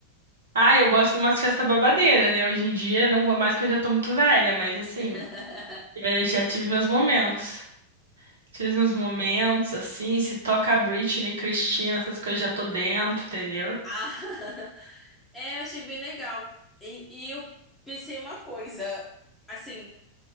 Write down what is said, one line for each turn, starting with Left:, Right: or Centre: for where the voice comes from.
Right: Ah, eu gosto de umas festas babadeiras, né? Hoje em dia não vou mais que eu já tô muito velha, mas assim,
Centre: <laughs>
Right: eh, já tive meus momentos. Tive uns momentos assim, se toca Britney, Cristina, essas coisas já tô dentro, entendeu?
Centre: Ah, <laughs> é, achei bem legal. E, e eu pensei uma coisa, assim,